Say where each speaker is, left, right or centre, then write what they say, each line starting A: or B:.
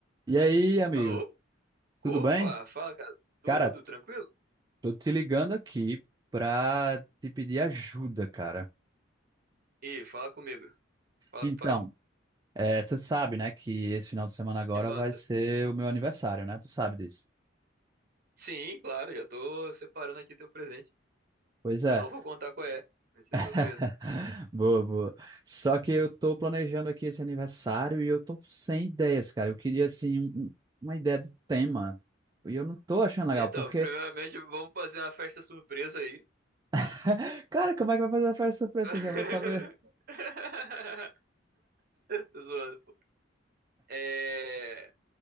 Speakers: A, on the right; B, on the right.
A: E aí, amigo,
B: Alô?
A: tudo
B: Opa,
A: bem?
B: fala, cara. Tudo
A: Cara,
B: tranquilo?
A: tô te ligando aqui pra te pedir ajuda, cara.
B: Ih, fala comigo. Fala
A: Então,
B: com o pai.
A: eh, você sabe, né, que esse final de semana agora
B: Que manda.
A: vai ser o meu aniversário, né? Tu sabe disso.
B: Sim, claro, já tô separando aqui teu presente.
A: Pois é.
B: Eu não vou contar qual é. Vai ser
A: <laughs>
B: surpresa.
A: Boa, boa. Só que eu tô planejando aqui esse aniversário e eu tô sem ideias, cara. Eu queria, assim, um- um- uma ideia de tema. E eu não tô achando legal,
B: Então,
A: porque,
B: primeiramente, vamos fazer uma festa surpresa aí.
A: <laughs> cara, como é que vai fazer a festa surpresa?
B: <laughs>
A: Eu já vou saber.
B: Tô zoando, pô. É...